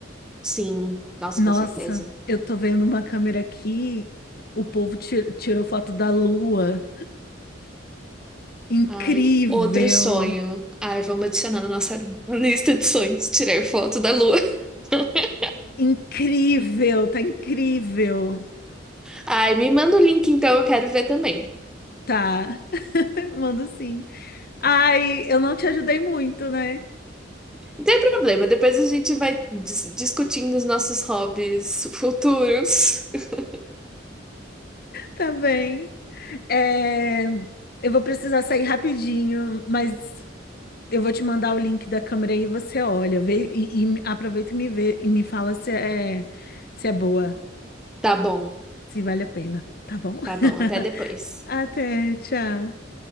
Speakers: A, in the centre; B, on the left.
A: Sim, nossa,
B: Nossa,
A: com certeza.
B: eu tô vendo uma câmera aqui. O povo ti- tirou foto da lua. Incrível!
A: Ai, outro sonho. Ai, vamos adicionar na nossa lista de sonhos, tirar foto da lua. <laughs>
B: Incrível! Tá incrível!
A: Ai, me manda o link então, eu quero ver também.
B: Tá. <laughs> Mando sim. Ai, eu não te ajudei muito, né?
A: Não tem problema, depois a gente vai dis- discutindo os nossos hobbies futuros. <laughs>
B: Tá bem. É, eu vou precisar sair rapidinho, mas eu vou te mandar o link da câmera aí e você olha. Vê, e, e aproveita e me vê e me fala se é, se é boa.
A: Tá bom,
B: se vale a pena, tá bom?
A: tá bom,
B: <laughs>
A: até depois.
B: Até, tchau.